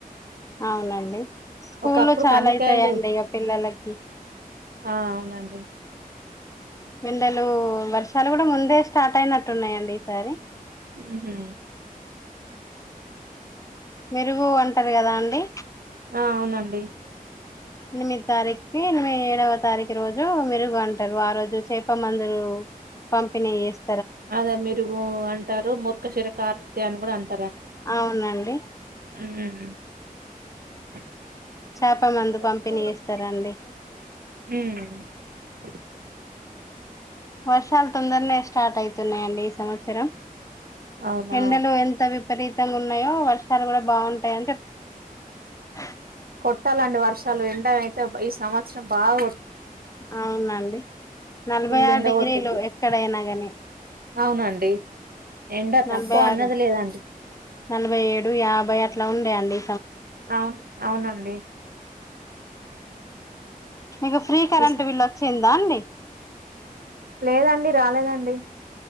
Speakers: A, on the left; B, on the right.
A: అవునండి స్కూల్లో
B: ఒకప్పుడు
A: చాలా
B: కందికాయలు
A: అయితాయండి ఇగ పిల్లలకి
B: ఆ అవునండి
A: ఎండలు వర్షాలు కూడా ముందే స్టార్ట్ అయినట్టున్నాయండి ఈసారి
B: ఉమ్మ్ హు
A: మెరుగు అంటారు కదా అండి
B: ఆ అవునండి
A: ఎనిమిది తారీక్కి ఎనిమిది ఏడవ తారీఖు రోజు మెరుగు అంటారు ఆ రోజు చేప మందురు పంపిణీ చేేస్
B: అద మీరుగు అంటారు మూర్ఖశిర కార్తె అని కూడా అంట
A: అవునండి
B: ఉ
A: చేప మందు పంపిణీ
B: హు
A: చేస్తారండి వర్షాలు తొందరనే స్టార్ట్ అవుతున్నాయండి ఈ సంవత్సరం
B: అవునా
A: ఎండలు ఎంత <unintelligible> విపరీతంగా ఉన్నాయో వర్షాలు కూడ బాగుంటాయని <unintelligible>
B: కొట్టాలండి వర్షాలు ఎండ అయితే ఈ సంవత్సరం బాగ
A: అవునండి నలభై
B: ఫుల్
A: ఆరు
B: ఎండ
A: డిగ్రీలు
B: కొట్టింది
A: ఎక్కడైనా కాని
B: అవునండి ఎండ తక్కువ
A: నలభై
B: అన్నది
A: ఆరు
B: లేదండి
A: నలభై ఏడు యాభై అట్ల ఉండేయండి
B: అవును అవునండి
A: మీకు ఫ్రీ కరెంట్
B: ఇస్-
A: బిల్ వచ్చింద అండి
B: లేదండి రాలేదండి